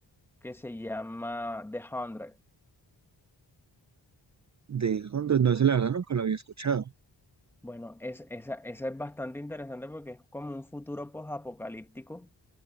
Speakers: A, in the centre; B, on the right.
A: que se llama The Hundred.
B: De Honduras, no, ese la verdad nunca lo había escuchado.
A: Bueno, es, esa, esa es bastante interesante porque es como un futuro post-apocalíptico